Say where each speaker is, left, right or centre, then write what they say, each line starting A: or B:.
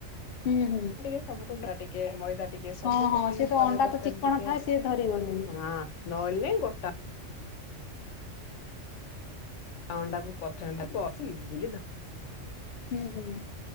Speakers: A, on the left; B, on the left.
A: ହୁଁ ହୁଁ।
B: ଟିକେ, ସବୁଠୁ <unintelligible> ଟିକେ, ମଇଦା ଟିକେ, ସବୁ
A: ହଁ ହଁ
B: ପକେଇକି
A: ସେ ତ
B: କରିବ
A: ଅଣ୍ଡା
B: ବ୍ୟାଟନ
A: ତ ଚିକଣ
B: ଟିକେ,
A: ଥାଏ ସିଏ ଧରିବନି ବି।
B: ହଁ। ନହଲେ ନାଇଁ ଗୋଟା ଅଣ୍ଡାକୁ ପ୍ରଥମେ <unintelligible>
A: ହୁଁ ହୁଁ।